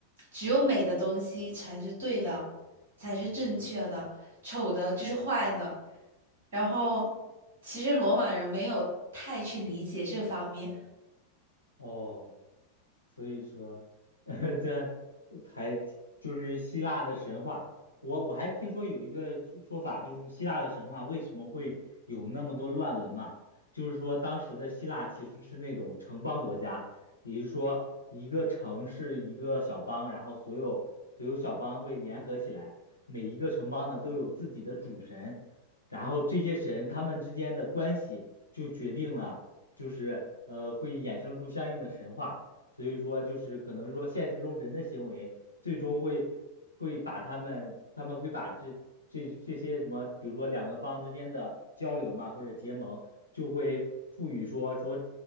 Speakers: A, on the right; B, on the left.
A: 只有美的东西才是对的，才是正确的，丑的就是坏的。然后其实罗马人没有太去理解这方面。
B: 哦。所以说，<laughs> 呃这还挺就是希腊的神话。我我还听说有一个说法，就是希腊的神话为什么会有那么多乱伦嘛？就是说当时的希腊其实是那种城邦国家，也就是说一个城是一个小邦，然后所有所有小邦会联合起来，每一个城邦呢都有自己的主神，然后这些神他们之间的关系就决定了，就是呃会衍生出相应的神话。所以说就是可能说现实中人的行为最终会会把他们他们会把这这这些什么，比如说两个帮之间的交流嘛，或者结盟，就会赋予说说